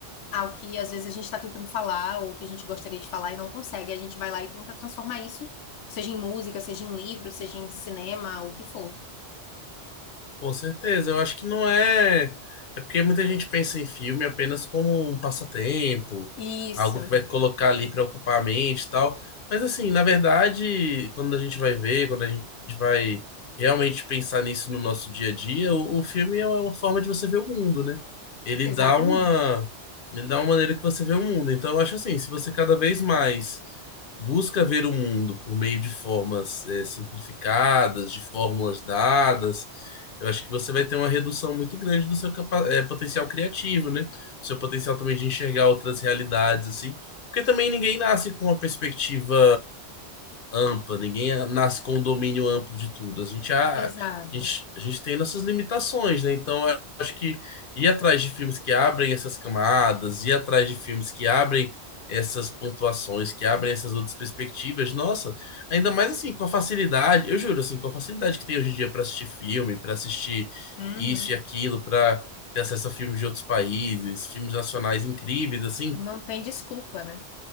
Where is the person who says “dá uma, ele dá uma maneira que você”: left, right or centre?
Left